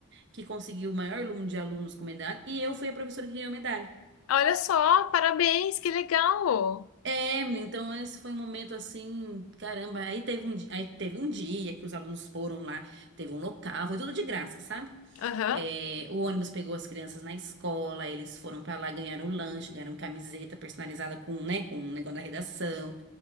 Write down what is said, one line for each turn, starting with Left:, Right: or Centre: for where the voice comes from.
Right: que conseguiu o maior número de alunos com medalha, e eu fui a professora que ganhou medalha.
Left: Olha só, parabéns, que legal!
Right: É, menina, então esse foi um momento assim, caramba, aí teve um, di- aí teve um dia que os alunos foram lá, teve um local, foi tudo de graça, sabe?
Left: Aham.
Right: É, o ônibus pegou as crianças na escola, eles foram pra lá, ganharam lanche, ganharam camiseta personalizada com, né, com um negócio da redação